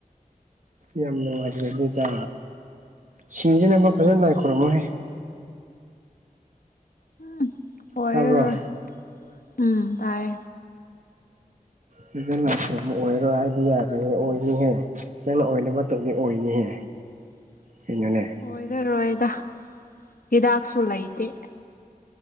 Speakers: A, on the right; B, on the left.
A: ꯌꯥꯝ ꯅꯨꯡꯉꯥꯏꯖꯗꯦꯗ ꯁꯤꯗꯅꯕ ꯐꯖꯅ
B: ꯑꯗꯨ
A: ꯂꯥꯏ ꯈꯣꯏꯔꯝꯃꯣꯍꯦ
B: ꯎꯝ ꯑꯣꯏꯔꯔꯣꯏ
A: ꯇꯥꯕ꯭ꯔꯣ
B: ꯎꯝ ꯇꯥꯏ
A: ꯐꯖꯅ ꯇꯧꯔꯝꯃꯣ ꯑꯣꯏꯔꯣꯏ ꯍꯥꯏꯕꯗꯤ ꯌꯥꯔꯣꯏꯍꯦ ꯑꯣꯏꯅꯤꯍꯦ ꯅꯪꯅ ꯑꯣꯏꯅꯕ ꯇꯧꯗꯤ ꯑꯣꯏꯅꯤꯍꯦ
B: <inaudible>
A: ꯀꯩꯅꯣꯅꯦ
B: ꯑꯣꯏꯔꯔꯣꯏꯗ ꯍꯤꯗꯥꯛꯁꯨ ꯂꯩꯇꯦ